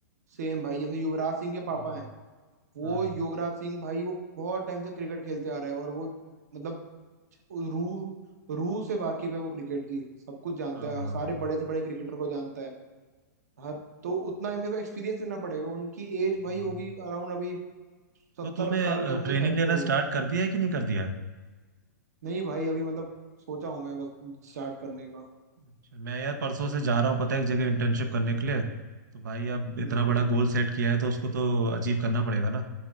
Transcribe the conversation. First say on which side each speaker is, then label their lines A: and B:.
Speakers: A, on the right; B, on the right.
A: सेम भाई जैसे युवराज सिंह के पापा
B: हम्म,
A: हैं वो
B: हाँ
A: युवराज सिंह भाई वो बहुत टाइम से क्रिकेट खेलते आ रहा है और वो मतलब रू रू से वाकिफ है वो क्रिकेट की सब कुछ जानता
B: हाँ हाँ
A: है सारे
B: हाँ
A: बड़े से बड़े क्रिकेटर को जानता है हर तो उतना मेरे को एक्सपीरियंस देना पड़ेगा उनकी एज
B: हम्म।
A: भाई होगी अराउंड अभी सत्तर
B: तो तूने
A: साल के होंगे
B: ट्रेनिंग
A: शायद
B: लेना
A: से वो
B: स्टार्ट कर दिया है कि नहीं कर दिया है
A: नहीं भाई अभी मतलब सोचा हूँ मैं बस स्टार्ट करने का
B: अच्छा, मैं यार परसों से जा रहा हूँ पता है एक जगह इंटर्नशिप करने के लिए तो भाई अब इतना
A: हम्म
B: बड़ा गोल सेट किया है तो उसको तो अचीव करना पड़ेगा ना